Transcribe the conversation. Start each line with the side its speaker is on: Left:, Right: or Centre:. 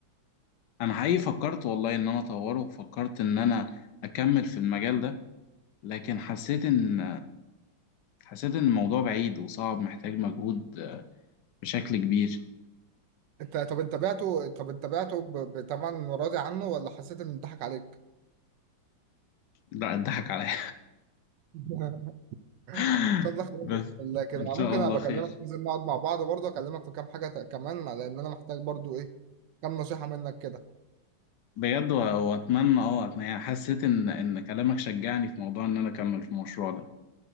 Left: انا حقيقي فكرت والله ان انا اطوره وفكرت ان انا اكمل في المجال ده لكن حسيت ان حسيت ان الموضوع بعيد وصعب محتاج مجهود بشكل كبير
Right: انت طب انت بعته طب انت بعته ب- بثمن راضي عنه ولا حسيت ان اتضحك عليك؟
Left: لا اتضحك عليا
Right: <laughs> ان
Left: <laughs>
Right: شاء الله خير بإذن
Left: بس
Right: الله كده
Left: ان شاء
Right: ممكن
Left: الله
Right: ابقى
Left: خير
Right: اكلمك ننزل نقعد مع بعض برضه اكلمك في كام حاجه ت- كمان لان انا محتاج برضه ايه كام نصيحه منك كده
Left: بجد و- واتمنى اه أتمنى- يعني حسيت ان ان كلامك شجعني في موضوع ان انا اكمل في المشروع ده